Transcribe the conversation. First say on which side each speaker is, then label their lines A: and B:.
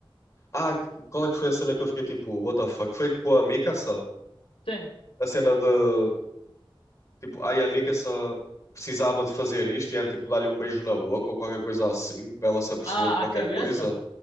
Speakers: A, on the left (about 35°); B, on the left (about 85°).
A: Ah, qual é que foi a cena que eu fiquei tipo, what the fuck? Foi com a Mikasa?
B: sim.
A: A cena de. Tipo, ai, a Mikasa precisava de fazer isto e era tipo dar-lhe um beijo na boca ou qualquer coisa assim, para ela se aperceber
B: Ah,
A: de qualquer
B: a cabeça?
A: coisa.